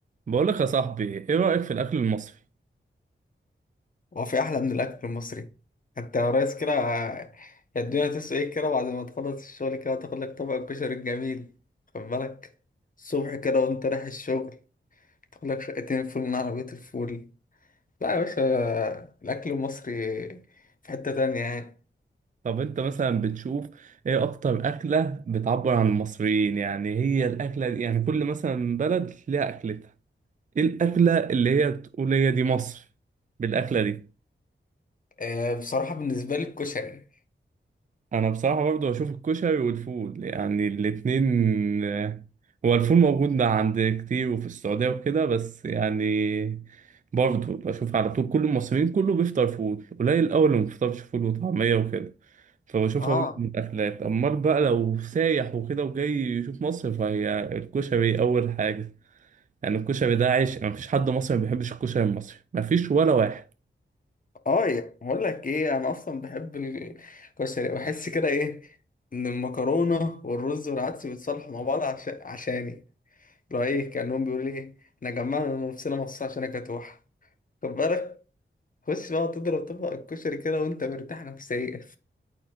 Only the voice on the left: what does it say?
هو في احلى من الاكل المصري انت يا ريس كده يا الدنيا تسوى ايه كده بعد ما تخلص الشغل كده تاخد لك طبق الكشري الجميل خد بالك الصبح كده وانت رايح الشغل تاخد لك شقتين فول من عربية الفول لا يا باشا الاكل المصري في حتة تانية يعني
آه، بصراحة بالنسبة لي الكشري
اه
اه يا- بقول لك ايه انا اصلا بحب الكشري بحس كده ايه ان المكرونة والرز والعدس بيتصالحوا مع بعض عشان عشاني لو ايه كأنهم بيقولوا لي ايه احنا جمعنا نفسنا مصاص عشان اكتوح خد بالك خش بقى تضرب طبق الكشري كده وانت مرتاح نفسيا